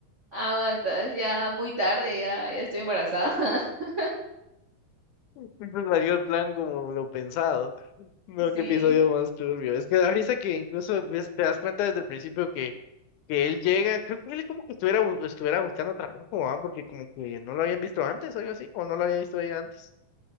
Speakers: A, on the right (about 60°); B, on the left (about 75°).
A: Aguantas, ya muy tarde, ya, ya estoy embarazada. <laughs>
B: Entonces salió el plan como lo pensado. No,
A: Sí.
B: qué episodio más turbio. Es que da risa que incluso ves- te das cuenta desde el principio que, que él llega, creo que él como que estuviera, bu- estuviera buscando trabajo, ¿ah? Porque como que no lo habían visto antes, algo así, o no lo había visto ella antes.